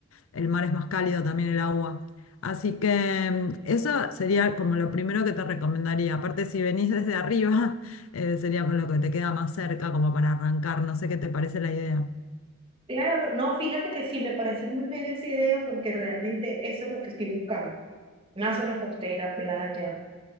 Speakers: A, on the left (about 85°); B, on the right (about 25°).
A: el mar es más cálido también el agua. Así que mm, eso sería como lo primero que te recomendaría. Aparte, si venís desde arriba, <laughs> eh, sería con lo que te queda más cerca, como para arrancar. No sé qué te parece la idea.
B: Claro, co- no, fíjate que sí, me parece muy bien esa idea porque realmente eso es lo que estoy buscando. Una zona costera, playa,